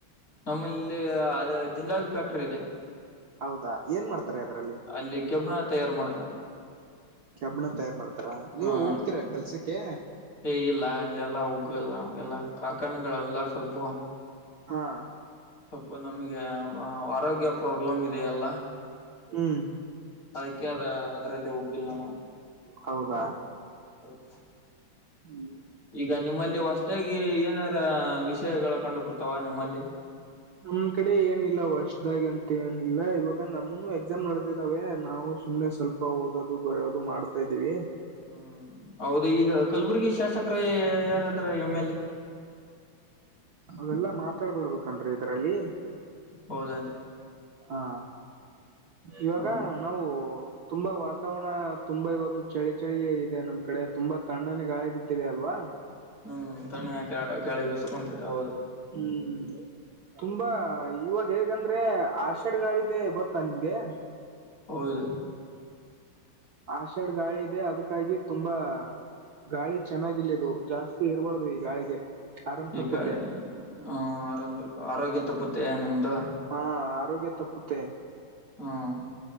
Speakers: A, on the left; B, on the right.
A: ನಮ್ಮಲಿಲ್ಲೆ ಅದು ಜಿಂದಾಲ್ ಫ್ಯಾಕ್ಟ್ರಿ ಇದೆ
B: ಹೌದಾ ಏನ್ ಮಾಡ್ತಾರೆ ಅದ್ರಲ್ಲಿ
A: ಅಲ್ಲಿ ಕೆಬ್ಣ ತಯಾರು ಮಾಡ್ತಾರೆ
B: ಕೆಬ್ಣ ತಯಾರ್ ಮಾಡ್ತಾರ
A: ಹಾ
B: ನೀವು ಹೋಗ್ತೀರಾ
A: ಕೆಬ್ಬಣ
B: ಕೆಲ್ಸಕ್ಕೆ
A: ಏ ಇಲ್ಲ ಇಲ್ಲೆಲ್ಲ ಹೋಗುವಿಲ್ಲ ಎಲ್ಲ ಕಾರ್ಖಾನೆಗಳೆಲ್ಲ ಸ್ವಲ್ಪು
B: ಹಾ
A: ಸ್ವಪ್ಪು ನಮ್ಗೆ ಬಾ ವಾರೋಗ್ಯ ಪ್ರಾಬ್ಲಮ್ ಇದೆಯಲ್ಲಾ.
B: ಹ್ಮ್.
A: ಅದಕ್ಕೆ ಅದ ಅದರಲ್ಲಿ ಹೋಗಿಲ್ಲ ನಾವು.
B: ಹೌದಾ.
A: <unintelligible>
B: ಹ್ಮ.
A: ಈಗ ನಿಮ್ಮಲ್ಲಿ ಹೊಸ್ತಾಗಿ ಏನಾರ ವಿಷಯಗಳು ಕಂಡುಬರ್ತಾವ ನಿಮ್ಮಲ್ಲಿ.
B: ನಮ್ ಕಡೆ ಏನಿಲ್ಲ ವಸ್ದಾಗಿ ಅಂತ ಏನಿಲ್ಲ ಇವಾಗ ನಮ್ಮನು ಎಕ್ಸಾಮ್ ನಡೆದಿದಾವೆ ನಾವು ಸುಮ್ನೆ ಸ್ವ ಪ್ಪ ಓದೋದು ಬರಿಯೋದು ಮಾಡ್ತಾ ಇದೀವಿ.
A: ಹ್ಮ್ ಹೌದು ಈಗ ಕಲ್ಬುರ್ಗಿ ಶಾಸಕರ ಯಾರಾದ್ರ ಎಮ್ ಎಲ್ ಎ.
B: ಅವೆಲ್ಲಾ ಮಾತಾಡ್ಬಡ್ಬೇಕನ್ರಿ ಇದರಲ್ಲಿ.
A: ಹೌದನ್ರಿ.
B: ಹಾ ಇವಾಗ
A: ಹ
B: ನಾವು. ತುಂಬಾ ವಾತಾವರಣ ತುಂಬಾ ಇವತ್ತು ಚಳಿ ಚಳಿ ಇದೆ ನಮ್ ಕಡೆ ತುಂಬಾ ತಣ್ಣನ ಗಾಳಿ ಬಿಟ್ಟಿದೆ ಅಲ್ವಾ.
A: ಹ್ಮ್ ತಣ್ಣ ಗಾ ಗಾಳಿ ಬೀಸಕೊಂತಿದೆ ಹೌದು.
B: ಹ್ಮು. ತುಂಬಾ ಇವಾಗ ಹೇಗಂದ್ರೆ ಆಷಾಡ್ಗಾಳಿದೆ ಗೊತ್ತಾ ನಿಮ್ಗೆ.
A: ಹೌದು.
B: ಆಷಾಡ್ ಗಾಳಿ ಇದೆ ಅದಕ್ಕಾಗಿ ತುಂಬಾ. ಗಾಳಿ ಚೆನ್ನಾಗಿಲ್ಲಿದು ಜಾಸ್ತಿ ಇರ್ಬಾರ್ದು ಈ ಗಾಳಿಗೆ. ಆರಾಮ್ ತಪ್ಪುತ್ತೆ
A: ಈ ಕಳೆ ಹ್ಮ ಆರಾಮ್ ಆರೋಗ್ಯ ತಪ್ಪುತ್ತೆ ನಿಮ್ದು.
B: ಆ ಆರೋಗ್ಯ ತಪ್ಪುತ್ತೆ.
A: ಹ್ಮ್